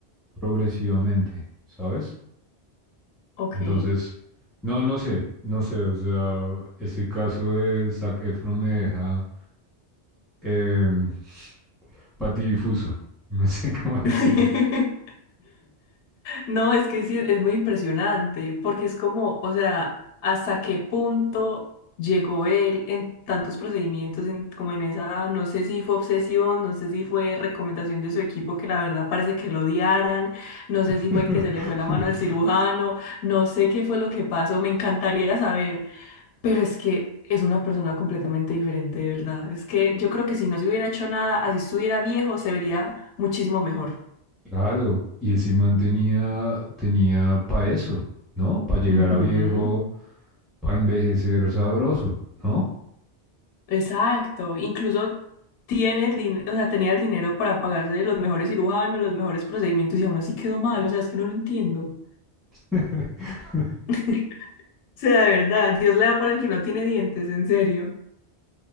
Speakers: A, in the centre; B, on the left (about 85°).
A: progresivamente, ¿sabes?
B: Ok.
A: Entonces, no, no sé, no sé, o sea, ese caso de Zac Efron me deja em, patidifuso, <laughs> no sé cómo
B: <laughs>
A: decirlo.
B: <laughs> No, es que sí, es muy impresionante, porque es como, o sea, hasta qué punto llegó él en tantos procedimientos, en- como en esa, no sé si fue obsesión, no sé si fue recomendación de su equipo, que la verdad parece que lo odiaran, no sé si
A: <laughs>
B: fue que se le fue la mano al cirujano, no sé qué fue lo que pasó, me encantaría saber, pero es que es una persona completamente diferente, de verdad. Es que yo creo que si no se hubiera hecho nada, así estuviera viejo, se vería muchísimo mejor.
A: Claro, y ese man tenía, tenía para eso, ¿no? Para llegar
B: Ujú.
A: a viejo, para envejecer sabroso, ¿no?
B: Exacto, incluso tiene el dinero, o sea, tenía el dinero para pagarse los mejores cirujanos, los mejores procedimientos y aún así quedó mal, o sea, es que no lo entiendo.
A: <laughs>
B: <laughs> O sea, de verdad, Dios le da para el que no tiene dientes, en serio.